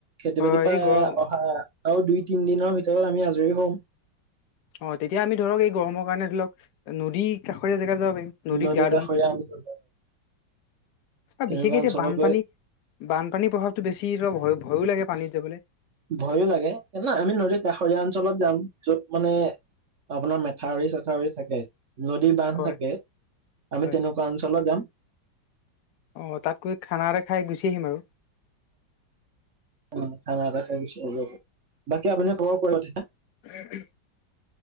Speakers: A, on the right; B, on the left.
A: খেতি
B: হয়
A: বাতিৰ পা
B: এই গৰম
A: অহা আৰু দুই তিন দিনৰ ভিতৰত আমি আজৰি হম
B: অ তেতিয়া আমি ধৰক এই গৰমৰ কাৰণে ধৰি লক নদী কাষৰীয়া জেগাত যাব পাৰিম নদীত
A: নদী
B: গা
A: কাষৰীয়া
B: ধুম
A: অঞ্চল
B: আ
A: তেনেকুৱা
B: বিশেষকে
A: অঞ্চলত
B: এতিয়া বানপানী
A: গৈ
B: বানপানীৰ প্ৰভাৱটো বেছি ধৰ ভ ভয়ো লাগে পানীত যাবলে
A: ভয়ো লাগে না আমি নদীৰ কাষৰীয়া অঞ্চলত যাম য'ত মানে আপোনাৰ মেথাউৰি চেথাউৰি থাকে নদী বান্ধ
B: হয়
A: থাকে আমি
B: হয়
A: তেনেকুৱা অঞ্চলত যাম
B: অঁ তাত গৈ খানা এটা খাই গুচি আহিম আৰু
A: অ খানা এটা খাই গুছি আহিব পাৰো বাকী আপুনাৰ ঘৰ কত‌‌ এতিয়া
B: <unintelligible>